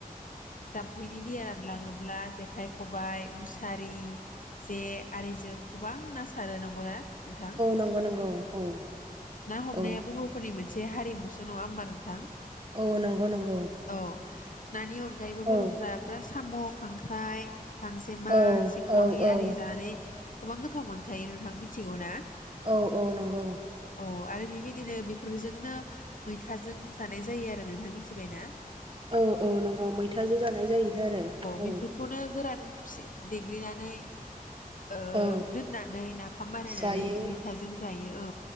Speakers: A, on the left (about 60°); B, on the right (about 35°).
A: जामफैनि दैया रान लाङोब्ला जेखाइ खबाइ मुसारि जे आरिजों बां ना सारो नंगौ ना? नोंथां
B: नंगौ नंगौ औ
A: ना हमनायाबो
B: औ
A: मोनसे हारिमुसो नङा होनोमबा नोंथां।
B: औ नंगौ नंगौ
A: औ नानि अनगायैबो
B: औ
A: बर'फोरा
B: औ
A: <inaudible> साम' खांख्राइ गांजेमा
B: औ
A: सिंखावरि
B: औ
A: आरि जानानै गोबां गोथाव मोनखायो नोंथां मिथिगौ ना?
B: औ औ नंगौ।
A: औ आरो बेबायदिनो बिफ फोरजोंनो मैथाजों जानाय जायो आरो नोंथां मिथिबाय ना।
B: औ औ नंगौ मैथाजों जानाय जाहैथो आरो
A: बेफोरखौनो
B: औ।
A: गोरान फि देग्लिनानै ओ
B: औ
A: दोननानै नाफाम बानायनानै
B: जायो
A: मैथाजों जायो औ